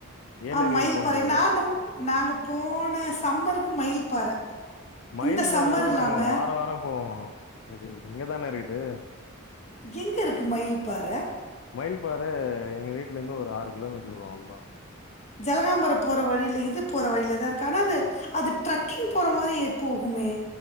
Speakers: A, on the left; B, on the left.
A: ஆ
B: ஏலருவி
A: மயில்
B: போனதில்ல.
A: பாறை நான் நாங்க போன சம்மருக்கு மயில் பாற
B: மயில்
A: இந்த
B: பார
A: சம்மர்
B: எல்லா
A: இல்லாம
B: நாங்க வாரம் வாரம் போவோ இங்கதான இருக்குது
A: எங்க இருக்கு மயில் பாற
B: மயில்பற எங்க வீட்ல இருந்து ஒரு ஆறு கிலோமீட்டர் வரும் அவளோ தா
A: ஜலகாம்பரம் போற வழியில இது போற வழியிலதா இருக்கு ஆனா அது அது ட்ரக்கிங் போற மாரி போகுமே